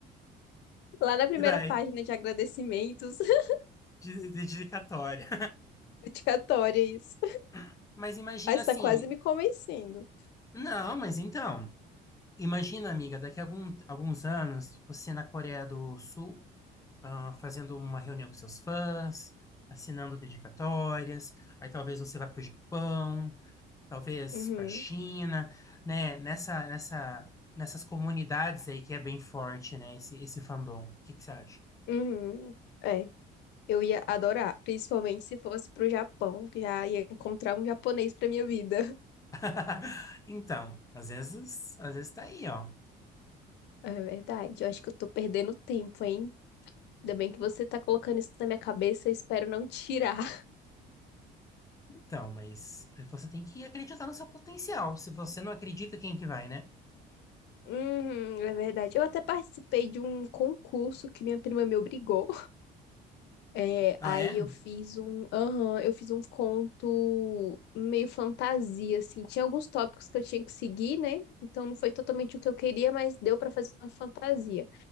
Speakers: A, on the left; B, on the left.
A: Lá na primeira
B: E daí,
A: página de agradecimentos, <laughs>
B: de- de- dedicatória.
A: dedicatória, isso.
B: <laughs> Mas imagina
A: Ah, está
B: assim,
A: quase me convencendo.
B: não, mas então, imagina, amiga, daqui a algum, alguns anos, você na Coreia do Sul ah, fazendo uma reunião com seus fãs, assinando dedicatórias, aí talvez você vá para o Japão, talvez
A: Uhum,
B: para a China, né? Nessa, nessa, nessas comunidades aí que é bem forte, né? Esse, esse fandom. O que que você acha?
A: uhum. É, eu ia adorar, principalmente se fosse pro Japão, que já ia encontrar um japonês pra minha vida. <laughs>
B: <laughs> Então, às vezes, às vezes tá aí, ó.
A: É verdade, eu acho que eu tô perdendo tempo, hein? Ainda bem que você tá colocando isso na minha cabeça, eu espero não tirar. <laughs>
B: Então, mas você tem que acreditar no seu potencial. Se você não acredita, quem que vai, né?
A: Uhum, é verdade. Eu até participei de um concurso que minha prima me obrigou. É,
B: Ah,
A: aí
B: é?
A: eu fiz um, aham, eu fiz um conto meio fantasia, assim. Tinha alguns tópicos que eu tinha que seguir, né? Então não foi totalmente o que eu queria, mas deu pra fazer uma fantasia.